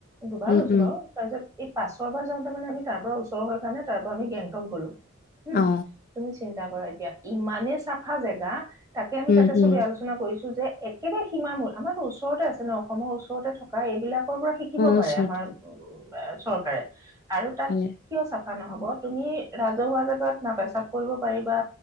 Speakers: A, on the right; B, on the left.
A: দুবাৰ
B: উম
A: গৈছো
B: উম
A: বাৰু। তাৰপিছত এই, পাছৰ বাৰ যাওঁতে মে আমি তাৰ পৰা ওচৰ কাৰণ তাৰ পৰা আমি গেংটক গ'লো । উম,
B: অ
A: তুমি চিন্তা কৰা, এতিয়া ইমানে চাফা জেগা। তাকে, আমি
B: উম
A: তাতে
B: উম
A: সবে আলোচনা কৰিছো যে একেবাৰে সীমা মূল। আমাৰতো ওচৰতে আছে ন, অসমৰ ওচৰতে থকা এইবিলাক পৰা শিকিব
B: অ
A: পাৰে
B: চৰ্ট
A: আমাৰ। এ চৰকাৰে। আৰু, তাত
B: হয়
A: কিয় ছাফা? নহব। তুমি ৰাজহুৱা জেগাত না পেচাব কৰিব পাৰিবা,